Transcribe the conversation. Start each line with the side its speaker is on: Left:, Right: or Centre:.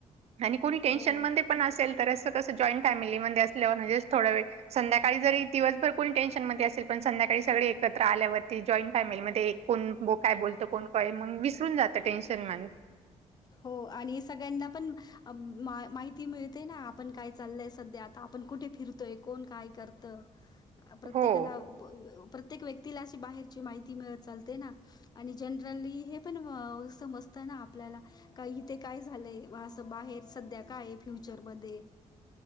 Right: आणि कोणी टेन्शन
Left: हो.
Right: मधे पण असेल तर असं कस जॉईंट फॅमिलीमध्ये असलं म्हनजे थोडा वेळ संध्याकाळी जरी, दिवसभर कोणी टेन्शन मध्ये असेल, पण संध्याक त्यावेळी सगळी एकत्र आल्यावरती, जॉईंट फॅमिलीमध्ये एक कोण काय बोलतो, कोण मग वीस निघून जात टेन्शन माझं.
Left: हो आणि सगळ्यांना पण, आप माहिती मिळते ना. आपण काय चाललंय सध्या, आता आपण कुठे फिरतोय, कोण काय करतं. प्रत्येकाला
Right: हो.
Left: प प्रत्येक व्यक्तीला अशी बाहेरची माहिती मिळत चालते ना. आणि जनरली हे पण अ समजत ना आपल्याला, का इथे काय झालंय. म असं बाहेर सध्या काय आहे फ्युचर मध्ये